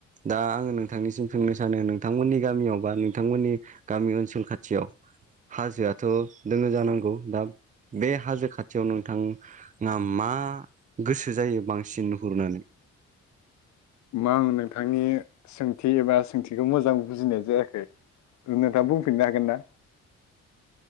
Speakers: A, on the right (about 25°); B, on the left (about 65°).
A: दा आङो नोंथांनिसिम सोंनो सानो नोंथांमोननि गामियाव बा नोंथांमोननि गामि ओनसोल खाथियाव। हाजोआथ' दङो जानांगौ, दा बे हाजो खाथियाव नोंथां ना मा गोसो जायो बांसिन नुहुरनानै?
B: मा ओं नोंथांनि सोंथि एबा सोंथिखौ मोजां बुजिनाय जायाखै। उम नोंथाङा बुंफिननो हागोन ना?